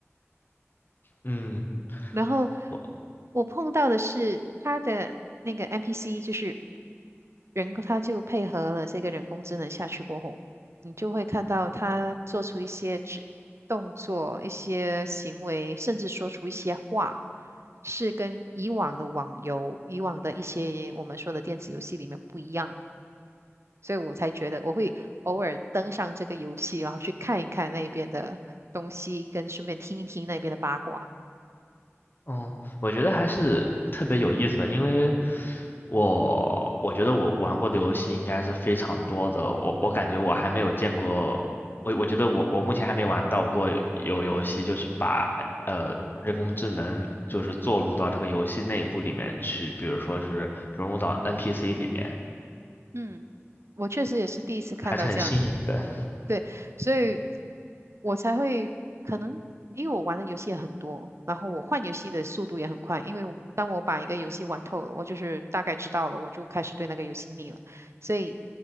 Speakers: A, on the left; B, on the right.
A: 嗯。
B: 然后
A: 我。
B: 我碰到的是他的那个 NPC，就是人他就配合了这个人工智能下去过后，你就会看到他做出一些指动作、一些行为，甚至说出一些话，是跟以往的网游、以往的一些我们说的电子游戏里面不一样的所以我才觉得我会偶尔登上这个游戏，然后去看一看那边的东西，跟顺便听一听那边的八卦。
A: 哦，我觉得还是特别有意思的，因为我我觉得我玩过的游戏应该是非常多的，我我感觉我还没有见过，我我觉得我我目前还没玩到过有游戏就是把呃人工智能就是做入到这个游戏内部里面去，比如说是融入到 NPC 里面，
B: 嗯，我确实也是第一次看到这样的，
A: 还是很新颖的。
B: 对，所以我才会可能因为我玩的游戏也很多，然后我换游戏的速度也很快，因为我当我把一个游戏玩透了，我就是大概知道了，我就开始对那个游戏腻了，所以